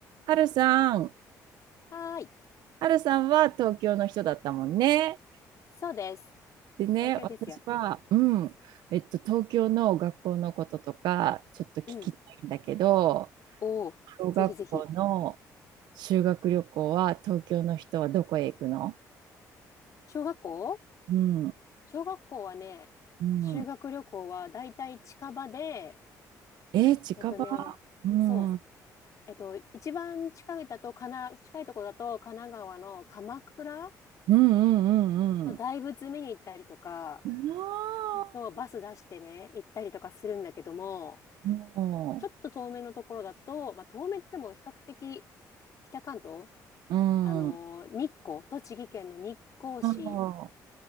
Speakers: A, on the right (about 80°); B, on the left (about 50°).
A: はるさん、
B: はーい。
A: はるさんは東京の人だったもんね。
B: そうです。
A: でね、
B: 東京ですよ。
A: 私は、うん、えっと、東京の学校のこととか、ちょっと聞きたいんだけど、
B: うん。おー、
A: 小学校の
B: ぜひぜひ。
A: 修学旅行は、東京の人はどこへ行くの
B: 小学校
A: うん、
B: 小学校はね、
A: うん。
B: 修学旅行はだいたい近場で、
A: えー近場
B: えっとね、
A: うん、
B: そう、
A: うん、
B: えっと、一番近いだと、かな、近いとこだと、神奈川の鎌倉
A: うん、
B: の大仏見に行ったりとか、
A: うん、うん。なあ、
B: そう、バス出してね、行ったりとかするんだけども、
A: も
B: ちょっと遠めのところだと、まあ、遠めっても比較的北関東、
A: う、うん。
B: あのー日光、栃木県の日光市、
A: あ